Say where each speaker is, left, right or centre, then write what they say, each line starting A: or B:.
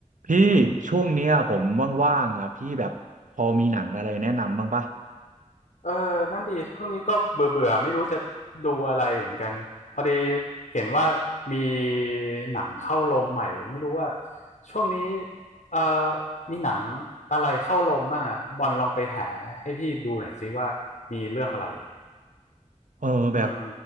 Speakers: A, on the right; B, on the left.
A: พี่ช่วงเนี้ยผมว่างๆอ่ะพี่แบบพอมีหนังอะไรแนะนำบ้างปะ
B: เออนั่นดีช่วงนี้ก็เบื่อเบื่อไม่รู้จะดูอะไรเหมือนกันพอดีเห็นว่ามีหนังเข้าโรงใหม่ไม่รู้ว่าช่วงนี้เออมีหนังอะไรเข้าโรงบ้างอ่ะบอลลองไปหาให้พี่ดูหน่อยซิว่ามีเรื่องอะไร
A: เออแบบ
B: อืม